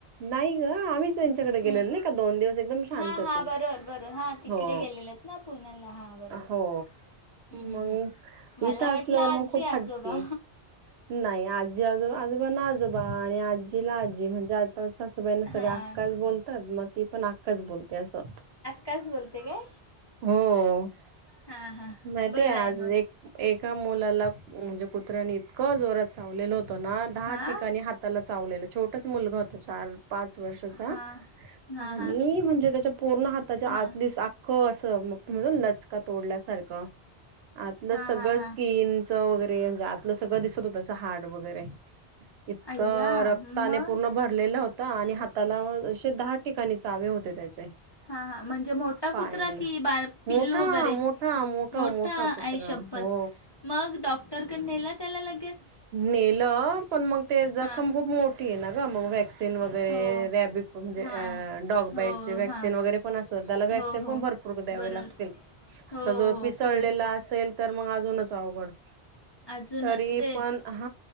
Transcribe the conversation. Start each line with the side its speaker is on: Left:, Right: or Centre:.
Right: नाही ग आम्हीच त्यांच्याकडे गेलेल
Left: हं.
Right: नाही का दोन दिवस एकदम शांत
Left: हां
Right: होती
Left: हां बरोबर बरोबर हां तिकडे
Right: हो.
Left: गेलेले आहेत ना पुण्याला हां बरोबर.
Right: हो
Left: हम् हम्
Right: मग
Left: हम् मला
Right: इथं
Left: वाटलं
Right: असल्यावर
Left: आजी
Right: मग खूप
Left: आजोबा.
Right: हट्टी नाही आजी आजोबा आजोबा ना आजोबा आणि आजीला आजी म्हणजे आज. सुबाईना सगळे
Left: हां
Right: आक्काच बोलतात मग ती पण आक्काच बोलते असं.
Left: काच बोलते काय.
Right: हो
Left: हां हां
Right: नाही
Left: बरं
Right: ते आज
Left: आहे मग
Right: एक. एका मुलाला म्हणजे कुत्र्यानी इतकं जोरात चावलेलं होत ना दहा
Left: हां
Right: ठिकाणी हात. त्याला चावलेलं छोटंच मुलगा होत चार. पाच वर्षाचा
Left: हां हां
Right: आणि
Left: हां
Right: म्हणजे त्याच्या पूर्ण हाताच्या
Left: हां
Right: आतलीच अख्ख. तुम लचका. आतलं
Left: हां
Right: सगळं
Left: हां हां
Right: स्किनचं वगैरे म्हणजे आतलं सगळं दिसत होतंस हाड वगैरे. इतकं
Left: अय्या
Right: रक्ताने
Left: मग
Right: पूर्ण. भरलेला होता आणि हाताला म असे दहा ठिकाणी चावे होते त्याचे,
Left: हां हां म्हणजे मोठा
Right: पायाला
Left: कुत्रा की बार, पिल्लू
Right: मोठा
Left: वगैरे
Right: मोठा
Left: मोठा आई
Right: कुत्रा
Left: शप्पथ
Right: हो
Left: मग! मग डॉक्टरकड नेल त्याला लगेच,
Right: नेलं पण मग ते जखम
Left: हां
Right: खूप मोठी आहे ना ग मग वॅक्स, सीन वगैरे
Left: हो
Right: रॅब म्हनजे
Left: हां
Right: अ डॉग
Left: हो
Right: बाईटचे व्हॅक्सिन
Left: हां
Right: वगैर पण असत त्याला वॅक्सिन
Left: हो हो
Right: पण भर. रोग द्यावे
Left: बरोबर
Right: लागतील
Left: हो
Right: तर जो
Left: हो
Right: पिसळलेला
Left: खूप
Right: असेल तर मग अजूनच अवघड.
Left: अजून
Right: तरी
Left: असतय,
Right: पण हा